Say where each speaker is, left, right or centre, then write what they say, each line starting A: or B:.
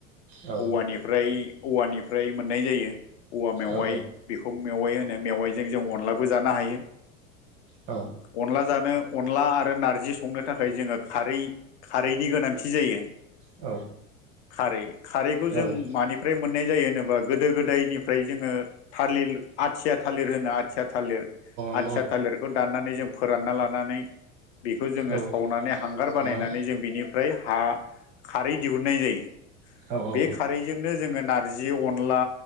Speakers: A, on the right; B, on the left.
A: औ
B: औवानिफ्राय औवानिफ्राय मोननाय जायो। औवा मेवाइ
A: औ
B: बेखौ मेवाइ होनो मेवाइजों जों अनलाबो जानो हायो।
A: औ
B: अनला जानो अनला आरो नारजि संनो थाखाय जोङो। खारै खारैनि गोनांथि जायो।
A: औ
B: खारै खारैखौ
A: नंगौ
B: जों मानिफ्राय मोननाय जायो होनोबा। गोदो गोदायनिफ्राय जोङो थालिल आथिया थालिर होनाय आथिया थालिर
A: औ
B: आथिया थालिरखौ दाननानै जों फोरानना लानानै बेखौ जोङो
A: औ
B: सावनानै हांगार
A: सावनानै
B: बानायनानै जों बिनि फ्राय हा खारै दिहुननाय जियो
A: औ औ
B: बे खारैजोंनो जोङो ना जि अनला